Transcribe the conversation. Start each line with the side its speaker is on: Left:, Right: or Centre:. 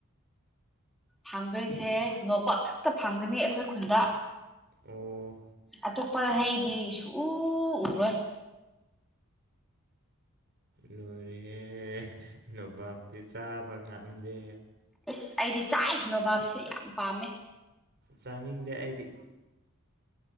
Centre: ꯐꯥꯡꯗꯣꯏꯁꯦ ꯅꯣꯄꯥꯛ ꯈꯛꯇ ꯐꯥꯡꯒꯅꯤ ꯑꯩꯈꯣꯏ ꯈꯨꯟꯗ
Right: ꯑꯣ
Centre: ꯑꯇꯣꯞꯄ ꯍꯥꯏꯗꯤ ꯁꯨ ꯎꯔꯣꯏ
Right: ꯂꯣꯏꯔꯦꯍꯦ ꯅꯣꯚꯞꯇꯤ ꯆꯥꯕ ꯉꯥꯝꯗꯦ
Centre: ꯏꯁꯁ ꯑꯩꯗꯤ ꯆꯥꯏ ꯅꯣꯕꯥꯞꯁꯦ ꯌꯥꯝ ꯄꯥꯝꯃꯦ
Right: ꯆꯥꯅꯤꯡꯗꯦ ꯑꯩꯗꯤ